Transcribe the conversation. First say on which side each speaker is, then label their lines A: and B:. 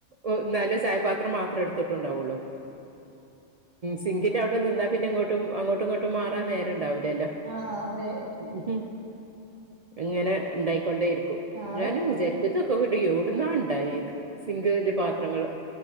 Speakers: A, on the right; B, on the right.
A: ഉം ന്നാലുസ് പാത്രം മാത്രേ എടുത്തിട്ടു ണ്ടാവുള്ളൂ സിങ്കിന്റെ അവടെ നിന്നാ പിന്നെ ഇങ്ങോട്ടും അങ്ങോട്ടും ഇങ്ങോട്ടും മാറാൻ നേരണ്ടാവില്ലല്ലോ
B: ആഹ് അതെ
A: ഉം ഇങ്ങനെ ഇണ്ടായിക്കൊണ്ടേയിരിക്കും.
B: അതത്രേള്ളൂ
A: ഞാനും വിചാരിക്കും ഇത് ക്കൂടി എവിടുന്നാണ്ടായിന്ന് സിങ്കില് പാത്രങ്ങള്